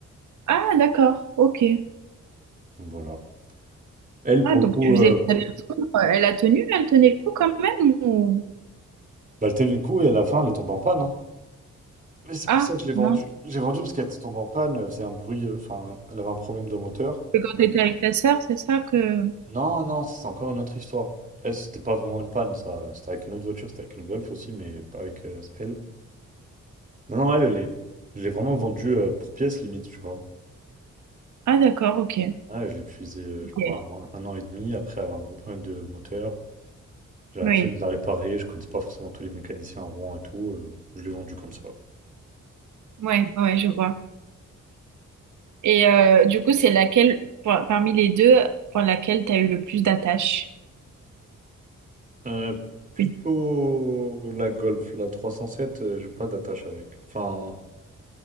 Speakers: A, on the right; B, on the right.
A: Ah, d'accord, ok.
B: Donc, voilà. Elle,
A: Ah,
B: pour
A: donc
B: le coup,
A: tu faisais
B: euh,
A: l'aller-retour. euh, Elle a tenu, elle tenait le coup quand même ou...
B: bah, elle tenait le coup, et à la fin, elle est tombée en panne, hein. Et c'est
A: Ah,
B: pour ça que je l'ai vendue.
A: mince.
B: J'ai vendu parce qu'elle était tombée en panne, euh, c'est un bruit, euh, enfin, elle avait un problème de moteur.
A: C'est quand t'étais avec ta sœur, c'est ça que...
B: Non, non, ça, c'est encore une autre histoire. Elle, c'était pas vraiment une panne, ça. C'était avec une autre voiture, c'était avec une Golf aussi, mais pas avec euh, elle. Non, non, elle, elle est... Je l'ai vraiment vendue euh, pour pièce limite, tu vois.
A: Ah, d'accord, ok.
B: Ouais, je l'ai utilisée, euh, je sais
A: Ok.
B: pas, un, un an et demi, après avoir un gros problème de moteur. J'ai la
A: Oui,
B: flemme de la réparer, je connaissais pas forcément tous les mécaniciens à Rouen et tout. euh, je l'ai vendue comme ça.
A: ouais, ouais, ouais, je vois. Et euh, du coup, c'est laquelle, pour- parmi les deux, pour laquelle t'as eu le plus d'attache?
B: Euh, plutôt
A: Une.
B: la Golf, la 307, euh, j'ai pas d'attache avec. Enfin,